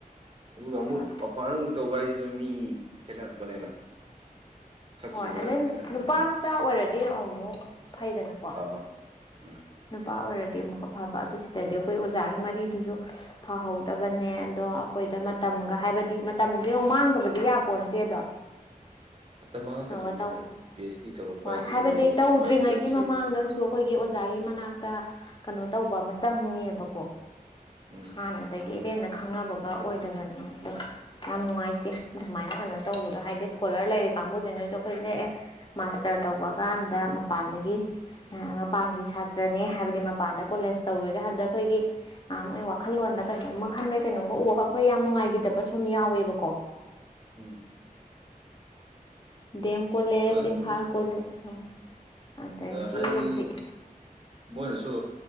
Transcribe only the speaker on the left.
ꯍꯣꯏ
ꯍꯣꯏ
ꯑꯗꯩ
ꯅꯨꯄꯥ ꯃꯆꯥ ꯑꯣꯏꯔꯗꯤ ꯑꯃ ꯑꯃꯨꯛ ꯐꯩꯗꯅꯀꯣ
ꯅꯨꯄꯥ ꯑꯣꯏꯔꯗꯤ ꯑꯃꯨꯛꯀ ꯐꯕ ꯑꯗꯨ ꯁꯤꯗꯗꯤ ꯑꯩꯈꯣꯏ ꯑꯣꯖꯥꯒꯤ ꯃꯔꯤꯗꯨꯁꯨ ꯐꯍꯧꯗꯕꯅꯦ ꯑꯗꯣ ꯑꯩꯈꯣꯏ ꯗ ꯃꯇꯝꯒ ꯍꯥꯏꯕꯗꯤ ꯃꯇꯝꯗ ꯃꯥꯡꯗꯕꯗꯤ ꯌꯥ ꯄꯣꯟꯇꯦ ꯑꯗꯣ
ꯀꯩꯅ ꯇꯧ
ꯍꯣꯏ
ꯍꯥꯏꯕꯗꯤ ꯇꯧꯗ꯭ꯔꯤꯉꯩꯒꯤ
ꯃꯃꯥꯡꯗꯁꯨ ꯑꯩꯈꯣꯏꯒꯤ ꯑꯣꯖꯥꯒꯤ ꯃꯅꯥꯛꯇ ꯀꯩꯅꯣ ꯇꯧꯕ ꯑꯃ ꯆꯪꯉꯦꯕꯀꯣ
ꯍꯥꯟꯅ ꯏꯔꯦꯟꯅ ꯈꯪꯅꯕꯒ ꯑꯣꯏꯗꯕꯅꯦ ꯑꯗꯣ ꯌꯥꯝ ꯅꯨꯡꯉꯥꯏꯇꯦ ꯑꯗꯨꯃꯥꯏꯅ ꯀꯩꯅꯣ ꯇꯧꯕꯗꯣ ꯍꯥꯏꯗꯤ ꯁꯀꯨꯜ ꯏꯁꯀꯣꯂꯔ ꯂꯩꯔꯤ ꯀꯥꯡꯕꯨꯁꯤꯅꯁꯨ ꯑꯩꯈꯣꯏꯁꯦ ꯑꯦ ꯃꯥꯁꯇꯔ ꯇꯧꯕ ꯀꯥꯟꯗ ꯃꯄꯥꯟꯗꯒꯤ ꯄꯥꯟꯒꯤ ꯁꯥꯗ ꯅ ꯇ꯭ꯔꯅꯦ ꯍꯥꯏꯕꯗꯤ ꯃꯄꯥꯟꯗ ꯀꯣꯂꯦꯖ ꯇꯧꯔꯨꯒꯦ ꯍꯥꯏꯕꯗ ꯑꯩꯈꯣꯏꯒꯤ ꯃꯣꯏ ꯋꯥꯈꯜꯂꯣꯟꯗ ꯀꯩꯅꯒꯨꯝ ꯃꯈ ꯈꯟꯕꯩ ꯀꯩꯅꯣꯒꯨꯝ ꯎꯕ ꯑꯩꯈꯣꯏ ꯌꯥꯝ ꯅꯨꯡꯉꯥꯏꯈꯤꯗꯕ ꯁꯨꯝ ꯌꯥꯎꯋꯦꯕꯀꯣ
ꯗꯦꯝ ꯀꯣꯂꯦꯖ
ꯏꯝꯐꯥꯜ ꯀꯣꯂꯦꯖ ꯑꯗꯒꯤ
ꯍꯧꯖꯤꯛ